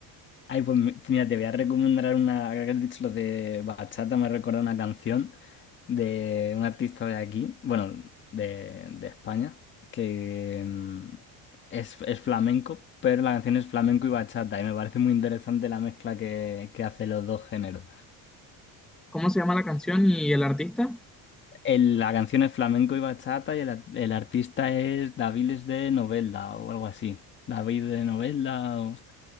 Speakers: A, on the left (about 25°); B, in the centre.
A: Ay, pues mi- mira, te voy a recomendar una, ahora que has dicho lo de bachata, me recuerda una canción de un artista de aquí, bueno, de, de España, que mm, es, es flamenco, pero la canción es flamenco y bachata, y me parece muy interesante la mezcla que, que hace los dos géneros.
B: ¿Cómo se llama la canción y el artista?
A: El- la canción es flamenco y bachata, y el, a- el artista es Daviles de Novelda o algo así. David de Novelda, o-